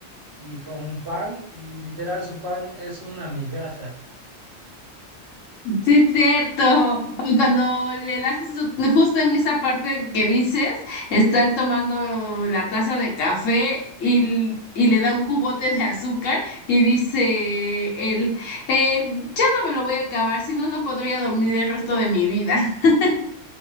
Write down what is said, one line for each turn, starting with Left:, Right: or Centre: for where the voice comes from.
Right: y con un pan, y literal su pan es una migaja.
Left: Sí, es cierto. Cuando le dan su, justo en esa parte que dices, están tomando la taza de café y, y le da un cubote de azúcar y dice él, "Eh, ya no me lo voy a acabar, si no, no podría dormir el resto de mi vida. <laughs>